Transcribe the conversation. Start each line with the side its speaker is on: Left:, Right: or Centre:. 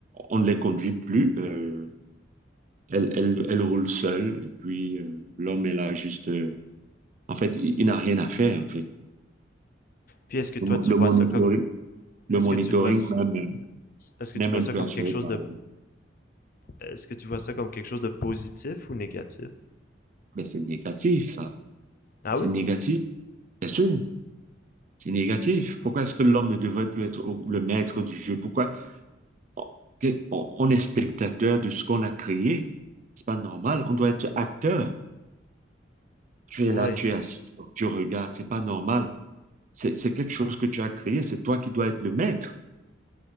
Right: on ne les conduit plus. euh, Elle, elle, elle roule seule, et puis euh, l'homme est là juste. euh, en fait, il, il n'a rien à faire, en fait.
Left: Puis est-ce que toi,
Right: Le, mo-
Left: tu
Right: le
Left: vois
Right: monitoring,
Left: ça comme
Right: le
Left: Est-ce
Right: monitoring
Left: que tu vois
Right: même, euh,
Left: est-ce que
Right: n'est
Left: tu
Right: même
Left: vois ça
Right: plus
Left: comme
Right: assuré
Left: quelque chose
Right: par
Left: de
Right: l'homme.
Left: est-ce que tu vois ça comme quelque chose de positif ou négatif?
Right: Mais c'est négatif, ça.
Left: Ah
Right: C'est
Left: oui?
Right: négatif, bien sûr. C'est négatif. Pourquoi est-ce que l'homme ne devrait plus être au- le maître du jeu? Pourquoi on, que- on- on est spectateur de ce qu'on a créé? C'est pas normal. On doit être acteur. Tu
Left: Ouais.
Right: es là, tu es assis, tu regardes. C'est pas normal. C'est c'est quelque chose que tu as créé. C'est toi qui dois être le maître.